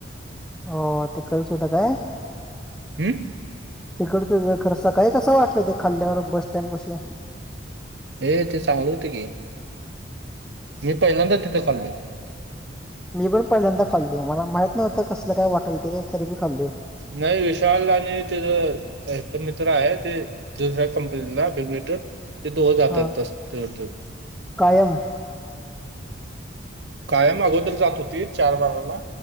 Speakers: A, in the centre; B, on the right.
A: हो तीकळच होत का.
B: हम.
A: तिकडं तुझ खर सकाळी कसं वाटलं ते खाल्ल्यावर बस स्टँड पशी.
B: ये ते चांगलं होत की. मी पहिल्यांदा तिथे खाल्लोय.
A: मी पण पहिल्यांदा खाल्ल आहे मला माहित नव्हतं कसलं काय वाटल ते तरीभी खाल्लोय.
B: नाही विशाल आणि त्याच मित्र आहे ते. दुसऱ्या कंपनीला बेगट ते दो जातात.
A: हा
B: <inaudible>
A: कायम.
B: कायम अगोदर जात होती चार बाराला